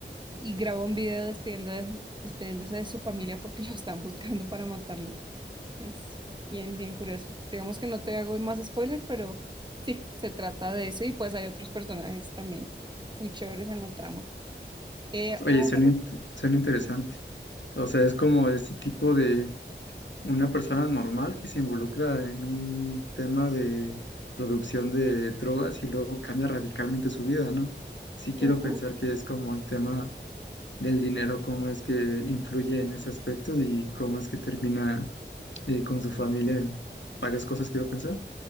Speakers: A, on the right (about 25°); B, on the left (about 75°).
A: y graba un video despidiendo de- despidiéndose de su familia porque lo están buscando para matarlo. Es bien, bien curioso. Digamos que no te hago más spoiler, pero sí, se trata de eso y pues hay otros personajes también muy chéveres en la trama. Eh,
B: Oye,
A: o-
B: suena, int- suena interesante. O sea, es como ese tipo de una persona normal que se involucra en un tema de producción de drogas y luego cambia radicalmente su vida, ¿no? Sí quiero
A: Ujú.
B: pensar que es como el tema del dinero, cómo es que influye en ese aspecto y cómo es que termina eh, con su familia en varias cosas quiero pensar.